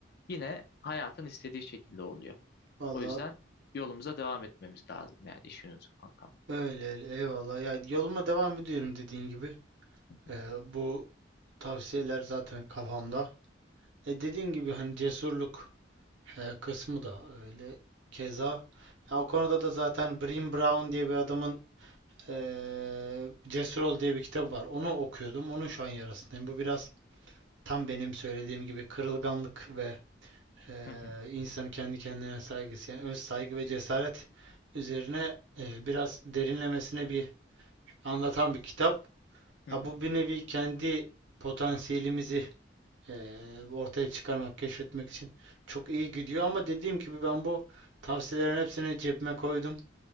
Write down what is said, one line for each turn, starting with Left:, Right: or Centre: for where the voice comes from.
Left: yine hayatın istediği şekilde oluyor.
Right: Valla
Left: O yüzden yolumuza devam etmemiz lazım yani işiniz kankam.
Right: öyle öyle. Eyvallah. Ya yoluma devam ediyorum dediğin gibi.
Left: Hı hı.
Right: Ee, bu tavsiyeler zaten kafamda. E dediğin gibi hani cesurluk e, kısmı da öyle. Keza. Ya o konuda da zaten Brené Brown diye bir adamın eee Cesur Ol diye bir kitabı var. Onu okuyordum. Onun şu an yarasındayım. Bu biraz tam benim söylediğim gibi kırılganlık ve eee
Left: Hı hı.
Right: insanın kendi kendine saygısı yani öz saygı ve cesaret üzerine eee, biraz derinlemesine bir anlatan bir kitap.
Left: Hı
Right: Ya
Left: hı.
Right: bu bir nevi kendi potansiyelimizi eee, ortaya çıkarmak, keşfetmek için çok iyi gidiyor ama dediğim gibi ben bu tavsiyelerin hepsini cebime koydum.